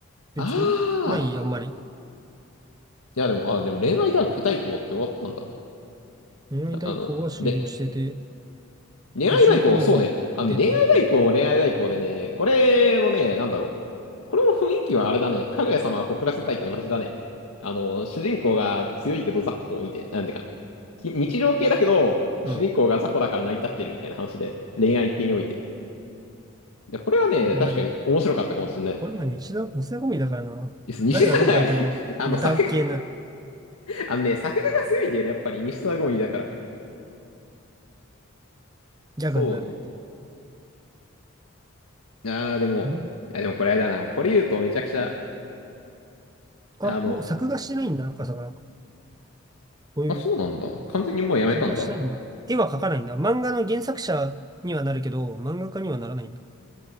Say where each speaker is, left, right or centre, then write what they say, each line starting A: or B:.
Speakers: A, on the right; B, on the left.
A: 別にないあんまり。
B: ああ。いやでも、あ、でも恋愛段階代行って終わったんだ。
A: 恋愛代行は終了してて、
B: あ、あの、れ恋愛代行、
A: 推しの子も終わってて、
B: そうね。あのね、恋愛代行も恋愛代行でね、これもね、なんだろう。これも雰囲気はあれだね。かぐや様は告らせたいと同じだね。あの、主人公が強いけど雑魚を見て、なんてか、き日常系だけど、主人公が雑魚だから成り立ってるみたいな話で、
A: うん。
B: 恋愛系において。いやこれはね、
A: そういうのあり、
B: 確かに面白かったかもしれない。
A: これも日常、日常コメディだからな。
B: です西田が
A: 誰がどう書いてもネタ系な、
B: <laughs> あの、作画、あのね、作画が強いんだよね、やっぱり。西田ゴミだから。
A: ギャグになるっていう。
B: そうね。あー、でも、
A: うん。
B: あ、でもこれあれだな。これ言うとめちゃくちゃ、
A: あ、
B: あの、
A: もう作画してないんだ、赤坂なんか。こういう、
B: あ、そうなんだ。完全にもうやめたんだ。
A: 作画してないんだ。絵は描かないんだ。漫画の原作者にはなるけど、漫画家にはならないんだ。